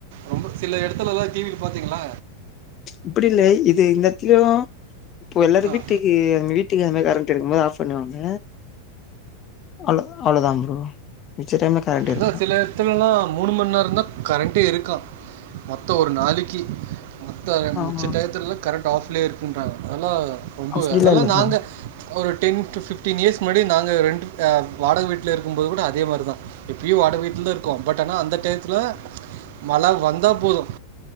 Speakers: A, on the right; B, on the left.
A: ரொம்ப சில எடத்துலலா டிவி பாத்தீங்களா
B: இப்டி இல்ல இது எந்த எடத்துலயு இப்போ எல்லாரு
A: ஆ
B: வீட்டுக்கு அவங்க வீட்டுக்கு கரண் ட்டு இருக்கும்போது ஆஃப் பண்ணுவாங்க அவ்ளோ அவ்ளோதா ப்ரோ மிச்ச டைம்ல கரண்ட்
A: அதா
B: இருக்கு
A: சில எடத்துலல்லா மூணு மண் நேரந்தா கரண்ட்டே இருக்கா மொத்த ஒரு நாளக்கி மத்த
B: ஆமா
A: மிச்ச டைத்துலலா கரண்ட் டாஃப்லே இருக்குன்றாங்க அதலா ரொம்ப
B: அப்டிலா
A: அதல்லா
B: இல்ல ப்ரோ
A: நாங்க ஒரு டென் டு ஃபிஃப்டீன் இயர்ஸ் முன்னாடி நாங்க ரெண்ட்டு ஆ வாடக வீட்ல இருக்கும்போது கூட அதே மாரிதா இப்பயும் வாடக வீட்லதா இருக்கோம் பட் ஆனா அந்த டையத்துல மழ வந்தா போதும்